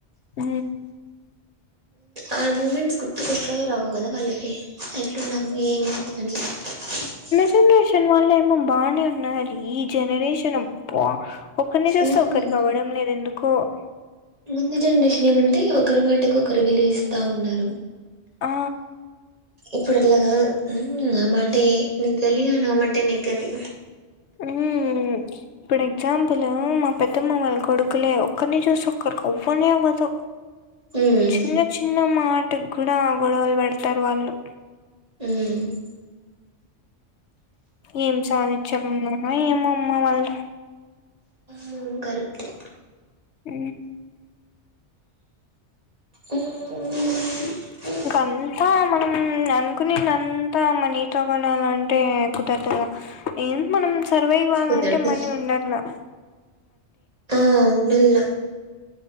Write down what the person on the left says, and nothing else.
హ
జనరషన్ వాళ్ే బానే ఉన్నారు ఈ జనరేషన్ ఒకరిని చూస్తే
ఒకరికి అవ్వడం లేదు ఎందుకు కు
ఆ
ఉ ఇప్పుడు ఎగ్జాంపుల్ మా పెద్దమ్మ వాళ్ళ కొడుకులే ఒక్కరిని చూసి ఒక్కరికి అవ్వని అవ్వదు
చిన్న చిన్న మాట కూడా గొడవలు పెడతారు వాళ్ళు
ఏం సాధించ్యం ఉన్నామా ఏమమ్మా వాళ్ళు
అ
ఇంక అంతా మనం అనుకుని అంతా మనీ కొత్త కొణాల అంటే కుదరతగా ఏం మనం సర్వైవ్ కావాలంటే
మనీ ఉండలా